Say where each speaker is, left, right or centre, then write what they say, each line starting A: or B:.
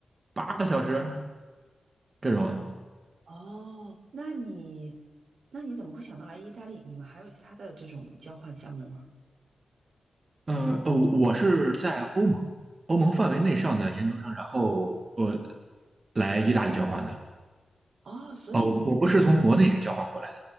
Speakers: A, on the right (about 40°); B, on the right (about 70°).
A: 八个小时这种。
B: 哦，那你那你怎么会想到来意大利？你们还有其他的这种交换项目吗？
A: 呃，哦，我是在欧盟欧盟范围内上的研究生，然后我来意大利交换的。
B: 哦，所以你
A: 哦，我不是从国内交换过来的，